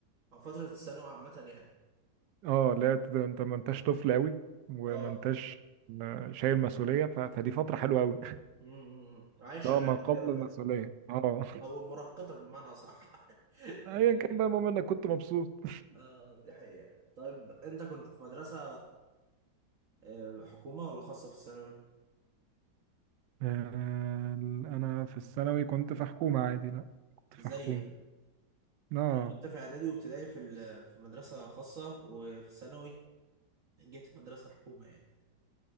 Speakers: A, on the right (about 55°); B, on the right (about 85°).
A: او فترة الثانوي عامة يعني
B: اه لا ت- انت ما انتش طفل قوي وما
A: اه
B: انتش آه، شايل مسؤولية ف- فدي فترة حلوة قوي
A: امم عايش
B: <laughs> اه
A: شبابك
B: ما قبل
A: كده فاهم
B: المسؤولية اه
A: او مراهقتك بمعنى صح <laughs>
B: ايا كان بقى المهم انك كنت مبسوط
A: اه دي حقيقة طيب انت كنت في مدرسة آه، حكومة ولا خاصة في الثانوي
B: <laughs> آه، انا في الثانوي كنت في حكومة عادي لا كنت في
A: زي
B: حكومة اه
A: انا كنت في اعدادي وابتدائي في ال- في مدرسه خاصه وفي الثانوي جيت مدرسه حكومه يعني